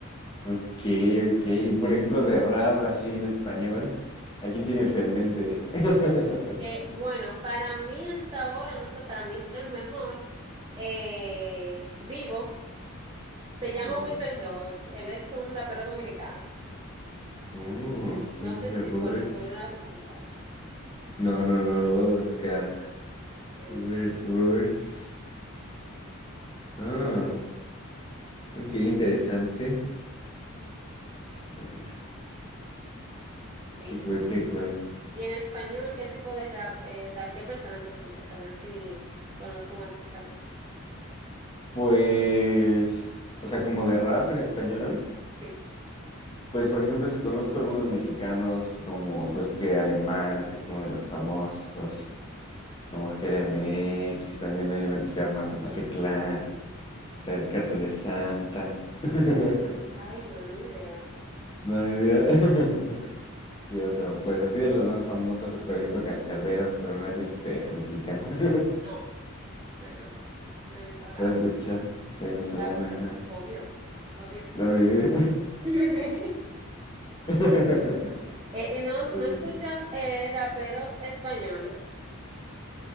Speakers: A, on the left (about 20°); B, on the right (about 25°).
A: ok. ok. Y, por ejemplo, de rap así en español, ¿a quién tienes en mente? <laughs>
B: Eh, bueno, para mí hasta ahora, no sé, para mí es el mejor eh, vivo. Se llama
A: Vivo.
B: Wilmer Roberts. Él es un rapero dominicano.
A: Oh, Wilbur
B: No sé si,
A: Roberts.
B: bueno, seguro no lo has escuchado.
A: No, no, no, lo voy a buscar.
B: Sí.
A: Wilbur Roberts. Ah, ok, interesante. Roberts.
B: Sí.
A: Qué cool, qué cool.
B: Y en español, ¿qué tipo de rap, eh, o sea, qué personas escuchas? A ver si conozco un artista nuevo.
A: Pues, o sea, como de rap en español,
B: Sí.
A: pues por ejemplo, es- conozco algunos mexicanos como, pues que alemán, así es como de los famosos, como Jeremy, X. también hay uno que se llama Santa Fe Clan. Está el Cartel de Santa. <laughs>
B: Ay, no, ni idea.
A: No hay idea. <laughs>
B: No,
A: ¿Qué otro? Pues así de los más famosos, pues por ejemplo Cancerbero, pero no es este mexicano. <laughs>
B: no, no, no. Venezolano.
A: ¿Lo has escuchado? Sí, venezolana,
B: Ya, pero
A: ajá.
B: obvio, obvio.
A: No, yo-
B: <laughs>
A: <laughs>
B: Eh, ¿y no, no
A: Uy,
B: escuchas
A: qué-
B: eh, raperos españoles?